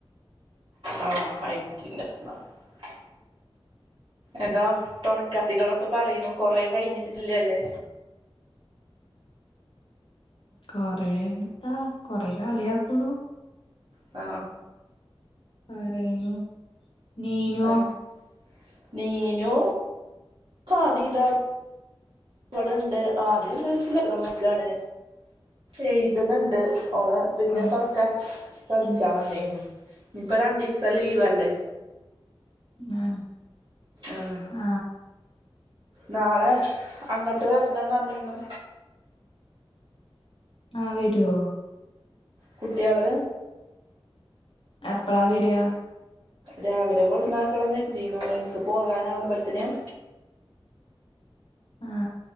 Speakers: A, on the right; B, on the left.
A: ആ ആ ഹൈറ്റിൻ്റെ <unintelligible> എന്താ ഇത്തവണ കത്തികളൊക്കെ പറയണു കൊറെ കഴിഞ്ഞിട്ടി ജില്ലല്ലേ
B: കൊറെന്തട്ടാ കൊറെ കളിയാക്കണു
A: ആ
B: പറയണു നീനുവോ
A: അത് നീനു കാദീതാ ഇവിടെണ്ട് ആദി ഇൻ്റടുത്ത്ന്ന് <unintelligible> വക്കാണ് എഴുതണ്ണണ്ട് ഓള് പിന്നെ
B: ഓല്
A: തൊണക്കാ കളിച്ചാൻ
B: ഉം
A: വന്നേർന്നു ഇപ്പൊ രണ്ടീസം ലീവല്ലേ
B: ആ
A: ഉം
B: ആ
A: നാളെ അങ്ങട്ട് വരണന്ന് ന്നനിന്നു
B: ആ വരുവോ
A: കുട്ടിള്
B: എപ്പഴാ വരാ
A: രാവിലെ കൊടന്നാക്കണംന്നരുതിന്നു നിനക്ക് പോകാനാവുമ്പത്തിനും
B: ആ